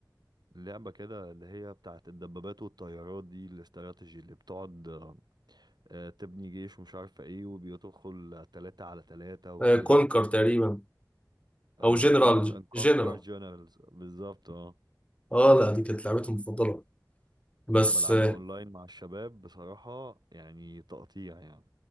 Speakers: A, on the right; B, on the left.
A: لعبة كده اللي هي بتاعت الدبابات والطيارات دي الاستراتيجي اللي بتقعد آه آه، تبني جيش ومش عارفة ايه وبيدخل تلاتة على تلاتة وكده
B: آه كونكر تقريبا
A: آه
B: أو جنرال
A: كوماند اند كونكور
B: جنرال
A: جنرالز بالظبط اه
B: اه لا دي كانت لعبتي المفضلة بس
A: بلعبها
B: آه
A: اونلاين مع الشباب بصراحة يعني تقطيع يعني